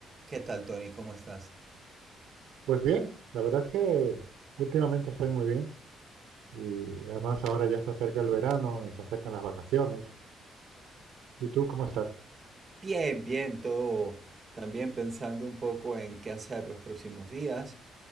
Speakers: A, on the right; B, on the right.
A: ¿Qué tal, Tony? ¿Cómo estás?
B: Pues bien, la verdad es que últimamente estoy muy bien y además ahora ya se acerca el verano y se acercan las vacaciones. ¿Y tú cómo estás?
A: Bien, bien, todo también pensando un poco en qué hacer los próximos días.